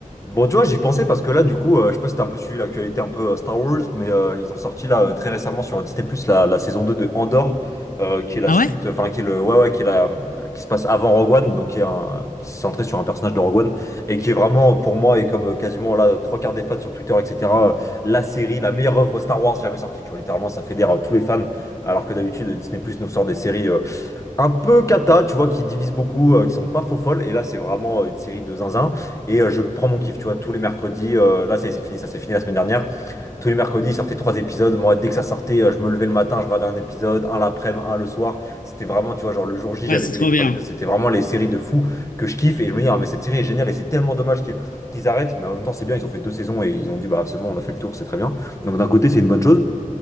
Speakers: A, on the left; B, on the left.
A: Bon, tu vois, j'y pensais parce que là, du coup, euh, je sais pas si t'as un peu suivi l'actualité un peu euh, Star Wars, mais euh, ils ont sorti là euh, très récemment sur Disney+, la, la saison 2 de Andor, euh, qui est la
B: Ah
A: suite,
B: ouais?
A: enfin, qui est le, ouais, ouais, qui est la, qui se passe avant Rogue One, donc qui est un, qui se centré sur un personnage de Rogue One, et qui est vraiment, pour moi, et comme euh, quasiment là, trois quarts des fans sur Twitter, etc., euh, la série, la meilleure œuvre Star Wars jamais sortie, tu vois, littéralement, ça fédère euh, tous les fans, alors que d'habitude, Disney+, nous sort des séries euh, un peu cata, tu vois, qui divise beaucoup, euh, qui sont pas faux folles. Et là, c'est vraiment euh, une série de zinzin. Et euh, je prends mon kiff, tu vois, tous les mercredis. euh, là, ça c'est fini, ça s'est fini la semaine dernière. Tous les mercredis, ils sortaient trois épisodes. Moi, dès que ça sortait, euh, je me levais le matin, je regardais un épisode, un l'après-midi, un le soir. C'était vraiment, tu vois, genre le jour J,
B: Ouais,
A: j'avais
B: c'est
A: vu
B: trop
A: les trois
B: bien.
A: épisodes. C'était vraiment les séries de fous que je kiffe. Et je me dis, ah, mais cette série est géniale et c'est tellement dommage qu'ils qu'ils arrêtent. Mais en même temps, c'est bien, ils ont fait deux saisons et ils ont dit, bah, c'est bon, on a fait le tour, c'est très bien. Donc d'un côté, c'est une bonne chose.